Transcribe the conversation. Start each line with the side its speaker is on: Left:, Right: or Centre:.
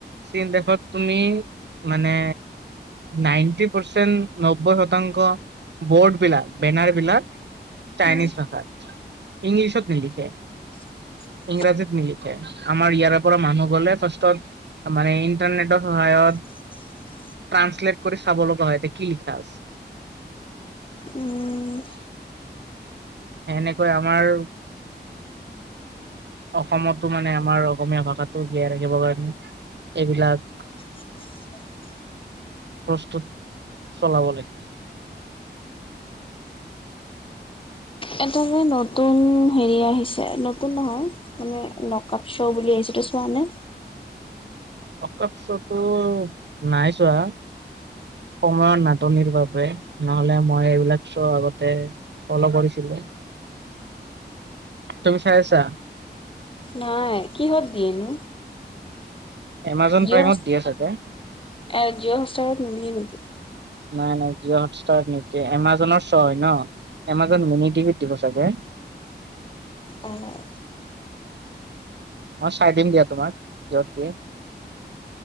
Right: চীন দেশত তুমি মানে নাইন প্চব্বৈ শতাংশ বৰ্ড বিলাক বেনাৰ বিলাক। চাইনিজ
Left: উম
Right: ভাষাত ইংলিছত নিলিখে।
Left: হয়।
Right: ইংৰাজীত নিলিখে আমাৰ ইয়াৰে পৰা মানুহ গলে ফাৰ্ষ্টত মানে ইন্টাৰনেটৰ সহায়ত
Left: <inaudible>
Right: কাম ত্ৰশ্লালেত কৰিছে। খাব লগা হয় এতিয়া কি লিখা আছে।
Left: উম
Right: সেনেকৈ আমাৰ অসমতো মানে আমাৰ অসমীয়া ভাষাটো জীয়াই ৰাখিবৰ কাৰণে এইবিলাক
Left: <unintelligible>
Right: প্ৰস্তুত চলাব লাগে।
Left: এদ মে নতুন হেৰি আহিছে নতুন নহয় মানে নকপ শ্ব' বুলি আহিছে। চোৱা নে।
Right: অকাপছতো নাই চোৱা। সময়ৰ নাটনিৰ বাবে নহলে মই এইবিলাক শ্ব' আগতে ফল কৰিছিলো। হয়। তুমি চাই আছা?
Left: নাই কিহত দিয়েনো
Right: এমাজ
Left: জিঅ'
Right: প্ৰাইমত
Left: হট
Right: দিয়া চাগে।
Left: এ জিও হৎস্তাৰত নিদিয়ে নেকি।
Right: নাই - নাই জিঅ' হটষ্টাৰ নিদিয়ে এমাজনৰ শ্ব' হয় ন। এমাজন মিনি বিত দিব চাগে
Left: আহঅঁ
Right: মই চাই দিম দিয়া তোমাক সিঁহতি